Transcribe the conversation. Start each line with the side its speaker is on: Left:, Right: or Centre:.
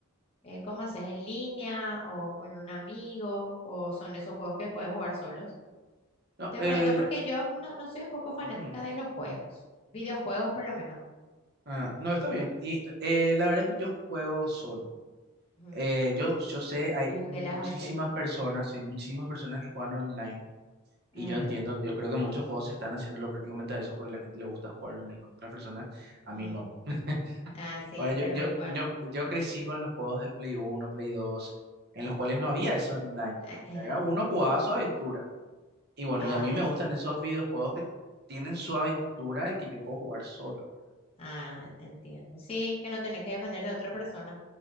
Left: eh, cómo haces en línea o con un amigo? ¿O son esos juegos que puedes jugar solos?
Right: No,
Left: Te
Right: eh,
Left: pregunto porque
Right: la-
Left: yo no, no soy un poco fanática
Right: ujú,
Left: de los juegos, videojuegos por lo menos.
Right: ah, no está bien. Y eh, la verdad que yo juego solo.
Left: Mm,
Right: Eh, yo, yo sé, hay
Left: el
Right: muchísimas
Left: de las aventuras.
Right: personas, sí, muchísimas personas que juegan online y
Left: Ah,
Right: yo entiendo, yo creo que muchos juegos están haciéndolo prácticamente a eso porque a la gente le gusta jugar online con otras personas, a
Left: mm.
Right: mí no. <laughs>
Left: Ah, sí,
Right: Bueno, yo,
Left: preferís
Right: yo,
Left: jugar.
Right: yo, yo crecí con los juegos de Play uno Play 2 en los cuales no había eso online.
Left: Eh, eh,
Right: Era uno jugaba su aventura. Y bueno,
Left: casi.
Right: y a mí me gustan esos videojuegos que tienen su aventura y que yo puedo jugar solo.
Left: Ah, entiendo. Sí, que no tenés que depender de otra persona